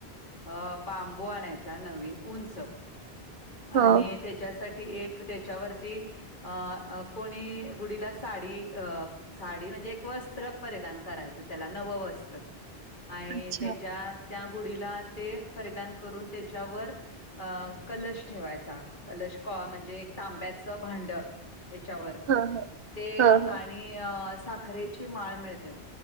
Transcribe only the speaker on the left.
अ बांबू आणायचा नवीन उंच
आणि त्याच्यासाठी एक त्याच्यावरती अ कोणी गुढीला साडी अ. साडी म्हणजे एक वस्त्र परिधान करायचं त्याला नवं वस्त्र आणि
त्याच्या त्या गुढीला ते परिधान करून त्याच्यावर अ कलश ठेवायचा कलश क म्हणजे एक तांब्याचं भांड त्याच्यावर
ते
आणि
आणि साखरेची माळ मिळते